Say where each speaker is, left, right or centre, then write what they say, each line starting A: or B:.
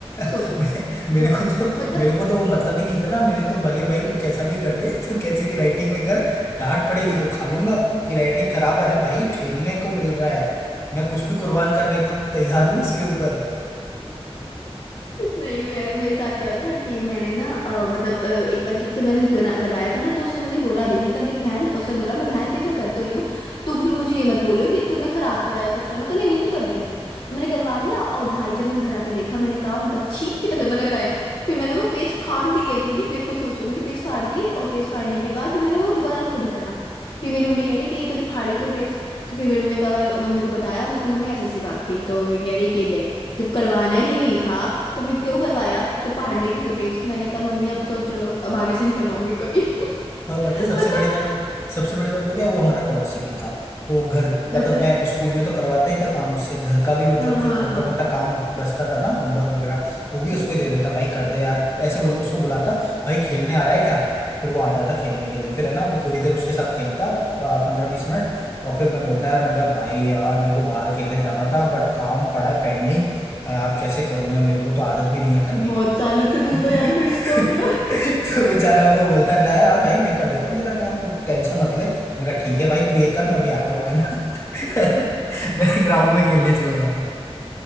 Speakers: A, on the left (about 45°); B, on the left (about 25°).
A: सोचो
B: <laughs> मे- मेरे
A: म-
B: को तो
A: मतलब
B: मेरे को तो वो मतलब ही नहीं था ना मेरे तो भले भाई तू कैसा भी कर दे तू कैसी भी राइटिंग में कर डांट पड़ेगी
A: <laughs>
B: तो खा लूंगा कि राइटिंग खराब है अरे भाई खेलने को मिल रहा है मैं कुछ भी कुर्बान करने को तैयार हूँ उसके ऊपर
A: नहीं मेरा मेरे साथ क्या था कि मैंने ना अ, मतलब अ, एक बार की जब मैंने बना करवाया था ना तो उसने मुझे बोला भी मैं कहा देख बहन उसने बोला मैं बहन देख मैं कर तो रही हूँ तुम फिर मुझे ये मत बोलियो कि तूने खराब करा या कुछ करा मैं कहा नहीं नहीं तू कर दे कर दे और मैंने करवा लिया और भाई जब मैं घर आके देखा मैंने कहा मैं कहा छी कितना गंदा लग रहा है फिर मैंने वो पेज फाड़ दिए भाई देखो सोचो मैंने पेज फाड़ दिए और पेज फाड़ने के बाद फिर मैंने वो दोबारा खुद करा फिर मेरी मम्मी कह रही कि तूने फाड़े क्यों पेज तो फिर मेरी मम्मी का मैं मम्मी को बताया मैं कहा मम्मी ऐसी ऐसी बात थी तो ये कह रही कि ले जब करवाना ही नहीं था तो फिर क्यों करवाया जब पहाड़ नहीं थी तो पेज मैंने कहा मम्मी अब तो चलो अब आगे से नहीं करवाऊंगी कभी <laughs>
B: और पता है
A: मतलब
B: सबसे बड़ी बात सबसे बड़ी बात वो क्या है, वो हमारा पड़ोसी भी था तो घर
A: अच्छा
B: मतलब
A: अच्छा
B: मैं स्कूल में तो करवाता ही था काम उससे घर का भी मतलब
A: हाँ
B: जो
A: हाँ
B: छोटा
A: हाँ
B: मोटा काम बचता था ना होमवर्क वगैरह वो भी उसको ही दे देता भाई कर दे यार ऐसे बोल, उसको बुलाता भाई खेलने आ रहा है क्या फिर वो आ जाता खेलने के लिए फिर है ना वो थोड़ी देर उसके साथ खेलता पंद्रह बीस मिनट और फिर मैं बोलता यार मैंने कहा भाई यार मेरे को बाहर खेलने जाना था बट काम पड़ा है पेंडिंग यार कैसे करूं मैं मेरे को तो आदत भी नहीं है करने
A: बहुत
B: की
A: सालों से तुम
B: तो
A: तो यार फिर इसका मतलब
B: बेचारा वो बोलता है यार भाई मैं कर देता हूँ तेरा काम तू टेंशन मत ले मैं कहा ठीक है भाई तू ये कर मैं अभी आता हूँ है ना <laughs> मैं ग्राउंड में खेलने चला जाता